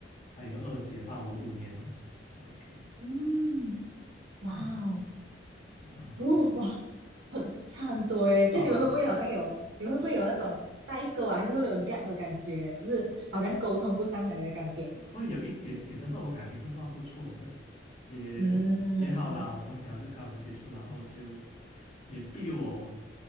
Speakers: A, on the left (about 40°); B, on the right (about 80°).
A: 还有一个二姐大我五年哦，就 OK 了，
B: 嗯，哇哦，
A: 嗯，然后
B: 哦哇，很差很多哎。就你们会不会好像有，
A: 哦，
B: 你们会不会有那种代沟啊，还是会有 gap 的感觉，
A: 呃，
B: 就是好像沟通不上来的感觉？
A: 会有一点点，但是我们感情是算不错的，也也好啦。
B: 嗯
A: 我从小就跟我接触，然后就也逼我，